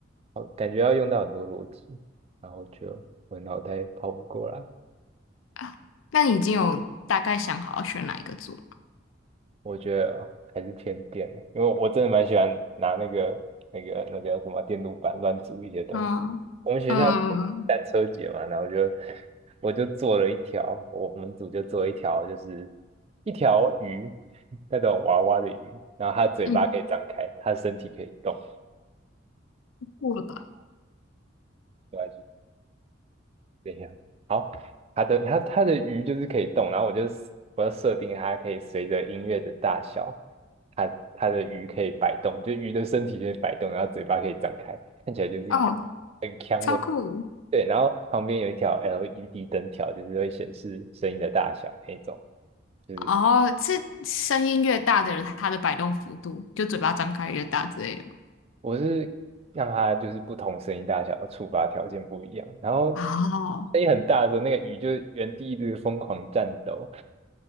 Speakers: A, on the right (about 30°); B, on the left (about 85°).
A: 好感觉要用到很多逻辑，然后就我脑袋跑不过来，
B: 啊那你已经有大概想好要选哪一个做？
A: 我觉得还是偏电欸，因为我真的蛮喜欢拿那个那个那个什么电路板乱组一些东西。
B: 嗯嗯
A: 我们学校单车节嘛，然后就我就做了一条，我我们组就做了一条，就是一条鱼，那种娃娃的鱼，然后它嘴巴可以张开，
B: 嗯，
A: 它身体可以动。
B: 过了吧？
A: 没关系。怎样？好，它的它它的鱼就是可以动，然后我就我要设定它可以随着音乐的大小，它它的鱼可以摆动，就鱼的身体可以摆动，然后嘴巴可以张开，看起来就是一
B: 哦，
A: 很强的。
B: 超酷！
A: 对，然后旁边有一条 LED 灯条，就是会显示声音的大小那一种。就是
B: 哦，是声音越大的人，他的摆动幅度就嘴巴张开越大之类的吗。
A: 我是让它就是不同声音大小的触发条件不一样，然后
B: 哦，
A: 声音很大的时候，那个鱼就原地一直疯狂战斗，